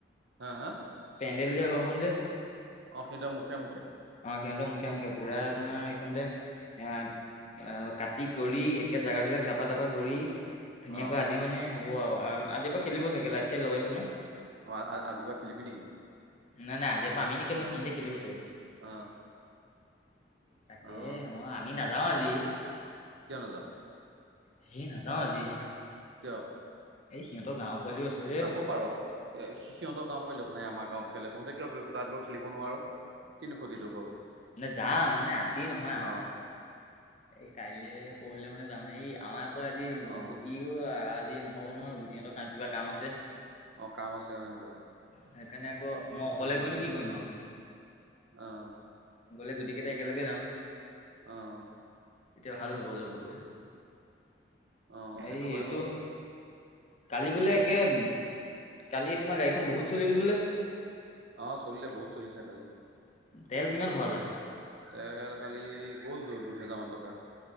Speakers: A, on the right; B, on the left.
A: হা হা
B: পেণ্ডেল দিয়া ঘৰখন যে।
A: অ, সিধৰ মুখে-মুখে-
B: অ, সিহঁতৰ মুখে - মুখে পুৰা তোমাৰ এইখনতে এ কাটি কৰি। জেগাবিলাক চফা-তাফা কৰি। ধুনীয়াকে
A: অ
B: আজি মানে হ'ব আৰু আজি পৰা খেলিব চাগে লাইট-চাইট লগাইছো ন'।
A: অঁ', আজি পৰা খেলিবি নেকি?
B: নাই নাই আজিৰ পৰা আমি নেখেলো
A: অ
B: সিহতে খেলিব চাগে।
A: অ
B: তাকে
A: অ
B: মই- আমি নাযাওঁ আজি
A: কিয় নাযাওঁ
B: সেই নাযাওঁ আজি।
A: কিয়
B: এই সিহঁতৰ গাঁৱৰ পোৱালিও আছে যে
A: যাব পাৰো এ সি সিহঁতৰ গাওঁত। প দে শু নাই আমাৰ গাঁৱত খেলে তহঁতে কিয় গোত গৈ খেলিব নোৱাৰ? কিন্তু ক্ষতিটো হ'ল
B: মানে যাম মানে আজি নহয় আৰু
A: আহ।
B: এই কাইলে পৰহিলে মানে যামেই এই আমাৰ আকৌ আজি
A: অ
B: গুটি। এই আজি নহ'ব নহয় গুটিতৰ কিবা কাম আছে?
A: আহ কাম আছে অ সিহঁতৰ
B: সেইকাৰণে আকৌ মই অকলে
A: আহ।
B: গৈনো কি কৰিম আৰু
A: অ',
B: গ'লে গোটেইকেইটা একেলগে যাম।
A: অ',
B: তেতিয়া ভাল হ'ব যাবলে।
A: অ সেইটো
B: এই
A: হয়
B: এইটো
A: বাৰু
B: কালি
A: তাকে
B: বোলে একে- কালি, তোমাৰ গাড়ীখন বহুত চলিল বোলে।
A: অ চলিলে বহুত চলিছে কালি।
B: তেল কিমান ভৰালা?
A: তেল, কালি গ'ল দ দুহেজাৰ মান টকা।